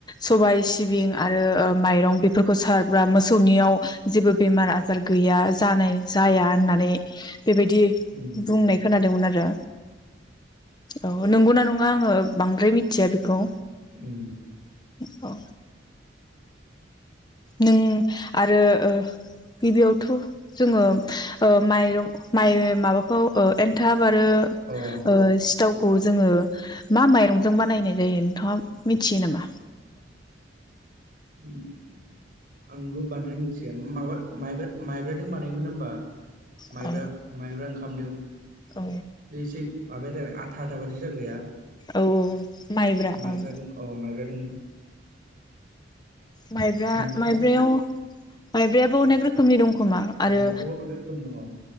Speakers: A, on the left; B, on the right.
A: सबाय सि सिबिं आरो ओ माइरं बेफोरखौ सारब्ला मोसौनियाव जेबो बेमार आजार गैया जानाय जाया होननानै बेबायदि
B: उम
A: बुंनाय खोनादोंमोन आरो औ नंगौना नङा आंङो बांद्राय मिथिया बेखौ
B: उ
A: औ नों आरो गिबियावथ' जोंङो ओ माइरं माइ माबाखौ एनथाब आरो
B: अ
A: ओ सिथाव खौ जोंङो मा माइरंजों बानायनाय जायो नोंथाङा मिथियो नामा?
B: <unintelligible> आंबो बांद्राय मिथिया माबा माइब्रा माइब्रादों बानायोमोन ना होमबा माइब्रा
A: औ
B: माइब्रा ओंखामदो।
A: औ
B: बे एसे माबाया आथा आथा बादि जाग्राया।
A: औ औ माइब्रा
B: माइब्रादों
A: औ।
B: अ माइब्रा दोङो
A: माइब्रा
B: माइब्राजों
A: माइब्रायाव
B: माने
A: माइब्रायाबो अनेक रोख रोखोमनि दंखोमा
B: अ
A: आरो
B: माइब्राबो अनेक रोखोम दङ